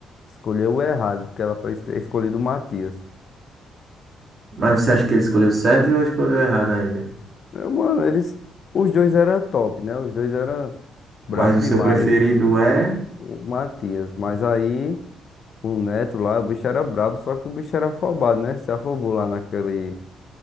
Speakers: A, on the left (about 55°); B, on the right (about 40°).
A: Escolheu o errado, porque ela foi ter escolhido o Matias.
B: Mas você acha que ele escolheu certo ou escolheu errado ainda?
A: Meu, mano, eles. Os dois eram top, né? Os dois eram brabo
B: Mas o
A: demais.
B: seu preferido é
A: O Matias. Mas aí, o Neto lá, o bicho era brabo, só que o bicho era afobado, né? Se afobou lá naquele,